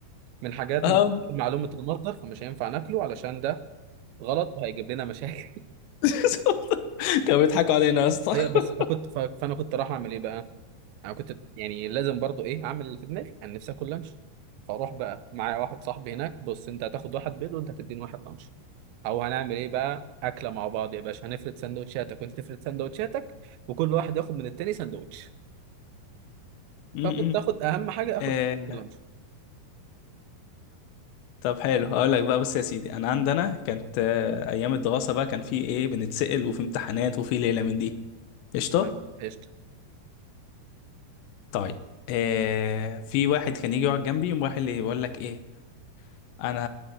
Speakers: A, on the right; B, on the left.
A: من حاجات
B: اه
A: من معلومة المصدر فمش هينفع ناكله علشان ده غلط وهيجيب لنا مشاكل
B: <laughs> كانوا بيضحكوا علينا يا اسطى
A: ايوه
B: <laughs>
A: بس فكنت ف- فانا كنت راح اعمل ايه بقى انا كنت يعني لازم برضو ايه اعمل اللي في دماغي انا نفسي اكل لانش فاروح بقى معايا واحد صاحبي هناك بص انت هتاخد واحد بيض وانت هتديني واحد لانش او هنعمل ايه بقى اكله مع بعض يا باشا هنفرد سندوتشاتك وانت تفرد سندوتشاتك وكل واحد ياخد من التاني سندوتش
B: م-
A: فكنت
B: م.
A: اخد اهم حاجه اخد
B: آه،
A: اللانش
B: طب حلو هقول لك بقى بص يا سيدي انا عندنا كانت آه، ايام الدراسه بقى كان في ايه بنتسأل وفي امتحانات وفي ليله من دي قشطه
A: تمام قشطه
B: طيب آه، في واحد كان يجي يقعد جنبي يقوم رايح اللي يقول لك ايه انا